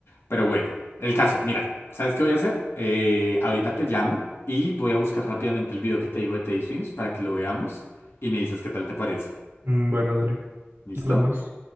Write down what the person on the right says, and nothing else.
Mm, bueno, dale,
hablamos.